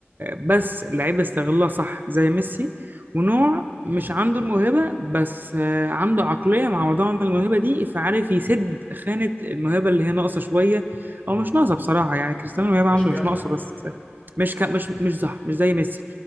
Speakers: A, on the right; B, on the left.
A: بس اللعيبة استغلها صح زي ميسي ونوع مش عنده الموهبة بس آه، عنده عقلية معوضة عن الموهبة دي فعارف يسد خانة الموهبة اللي هي ناقصة شوية
B: امم
A: أو مش ناقصة بصراحة يعني كريستيانو الموهبة
B: مش
A: عنده
B: كاملة
A: مش ناقصة بس مش ك... مش مش صح مش زي ميسي